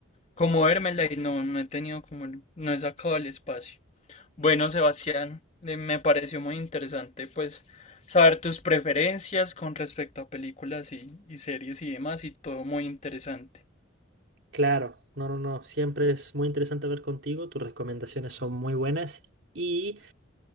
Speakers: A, on the left; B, on the right.
A: como vérmela y no, no he tenido como, el- no he sacado el espacio. Bueno, Sebastián, eh, me pareció muy interesante pues saber tus preferencias con respecto a películas y, y series y demás y todo muy interesante.
B: Claro, no, no, no. Siempre es muy interesante ver contigo. Tus recomendaciones son muy buenas. Y